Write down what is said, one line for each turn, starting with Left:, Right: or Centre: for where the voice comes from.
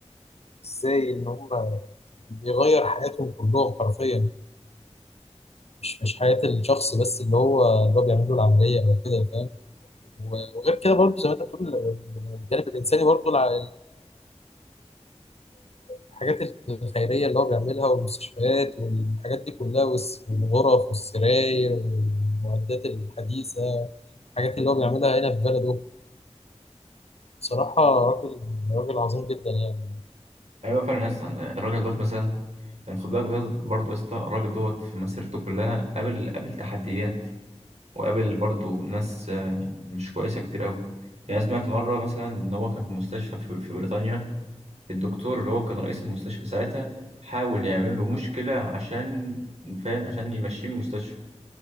Left: وازاي ان هم بيغير حياتهم كلهم حرفيا مش مش حياة الشخص بس اللي هو اللي هو بيعمل له العملية او كده فاهم و- وغير كده برضه زي ما انت بتقول ال- الجانب الانساني برضه الع- الحاجات الخيرية اللي هو بيعملها والمستشفيات والحاجات دي كلها والس- والغرف والسراير والمعدات الحديثة الحاجات اللي هو بيعملها هنا في بلده صراحة راجل راجل عظيم جدا يعني
Right: ايوه فعلا يا اسطى الراجل دوت مثلا يعني خد بالك بجد برضه يا اسطى الراجل دوت في مسيرته كلها قابل قابل تحديات وقابل برضه ناس آه، مش كويسه كتير قوي يعني سمعت مره مثلا ان هو كان في مستشفى في في بريطانيا الدكتور اللي هو كان رئيس المستشفى ساعتها حاول يعمل له مشكله عشان فاهم عشان يمشيه من المستشفى